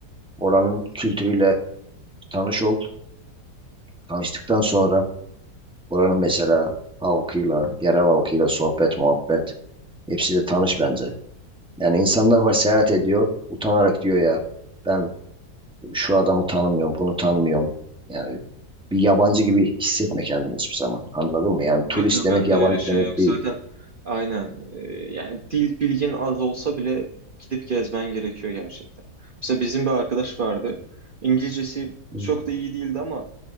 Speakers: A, in the centre; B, on the right (about 45°).
A: Oranın kültürüyle tanış ol. Tanıştıktan sonra oranın mesela halkıyla, yerel halkıyla sohbet, muhabbet hepsiyle tanış bence. Yani insanlar var seyahat ediyor. Utanarak diyor ya ben şu adamı tanımıyorum, bunu tanımıyorum. Yani bir yabancı gibi hissetme kendini hiçbir zaman. Anladın mı? Yani turist
B: Yok ya
A: demek
B: bende
A: yabancı
B: öyle şey
A: demek
B: yok
A: değil.
B: zaten. Aynen. e, yani dil bilgin az olsa bile gidip gezmen gerekiyor gerçekten. Mesela bizim bir arkadaş vardı. İngilizcesi
A: Hı.
B: çok da iyi değildi ama